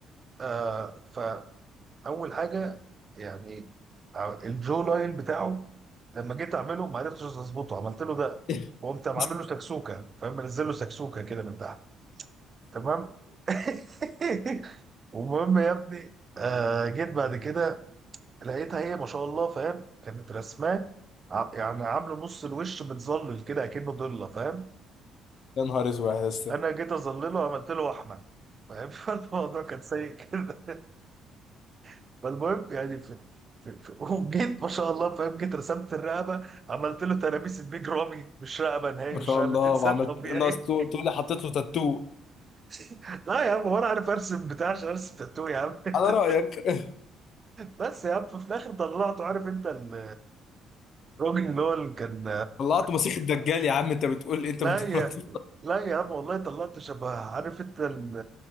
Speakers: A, on the right; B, on the left.
A: آه فاول حاجه يعني ع- الجو لاين بتاعه لما جيت اعمله ما عرفتش اظبطه عملت له ده
B: <laughs>
A: وقمت عامل له سكسوكه فاهم منزل له سكسوكه كده من تحت تمام <laughs> المهم يا ابني آه جيت بعد كده لقيتها هي ما شاء الله فاهم كانت رسماه ع- يعني عامله نص الوش متظلل كده اكنه ضله فاهم
B: يا نهار اسود يا اسطى
A: انا جيت اظلله عملت له وحمه فاهم <laughs> فالموضوع كان سيء كده <laughs> فالمهم يعني في في في وجيت ما شاء الله فاهم جيت رسمت الرقبه عملت له ترابيس البيج رامي مش رقبه نهائي
B: ما
A: مش
B: شاء
A: رقبه
B: الله
A: انسان
B: وعملت
A: طبيعي
B: ناقص تو- تقول لي حطيت له تاتو
A: <laughs> لا يا عم هو انا عارف ارسم بتاع عشان ارسم تاتو يا عم
B: على رأيك
A: <laughs>
B: <laughs>
A: بس يا عم ففي الاخر طلعته عارف انت ال- الراجل اللي هو اللي كان
B: طلعت مسيح الدجال يا عم انت بتقول لي انت
A: لا
B: ما
A: يا
B: طلعتش
A: لا يا عم والله طلعت شبه عارف انت ال-